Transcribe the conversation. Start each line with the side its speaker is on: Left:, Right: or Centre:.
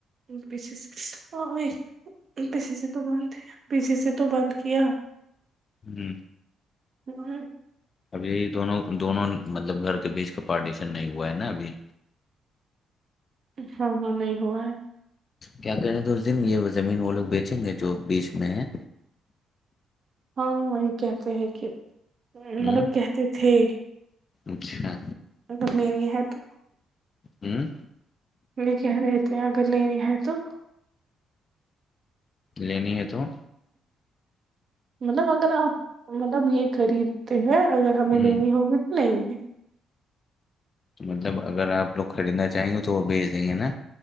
Right: پیھے سےائی پی س سے تو بند ہے پیھے سے تو بند کیا
Left: جی
Right: ہ
Left: ابھی دونوں دونوں مطلب گھر کے بیچ کا پارٹیشن نہیں ہوا ہے نا ابھی
Right: ہاں ہاں نہیں ہوا ہے
Left: کیا کریں تو اس دن یہ زمین وہ لوگ بیچیں گے جو بیچ میں ہیں
Right: ہاں وہی کہتے ہیں کہ مطلب
Left: ہ
Right: کہتے تھے
Left: اچھا
Right: اگر لینی ہے تو
Left: ہوں
Right: لے کہ رہتے ہیں اگر لینی ہے تو
Left: لینی ہے تو
Right: مطلب اگر آپ مطلب یہ خریدتے ہیں اگر ہمیں لینی
Left: ہ
Right: ہوگی تو لیں گے
Left: مطلب اگر آپ لوگ خریدنا چاہیں گے تو وہ بھیج دیں گے نا